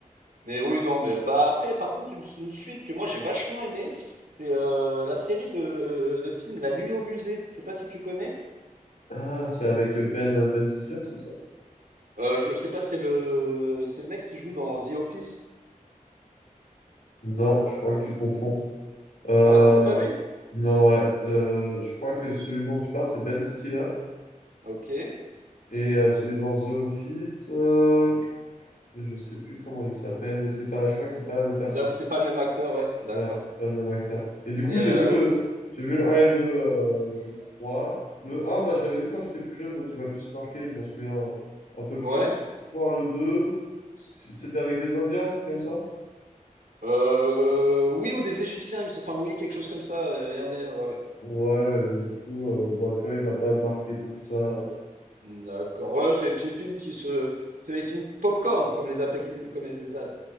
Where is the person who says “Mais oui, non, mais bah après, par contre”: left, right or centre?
Right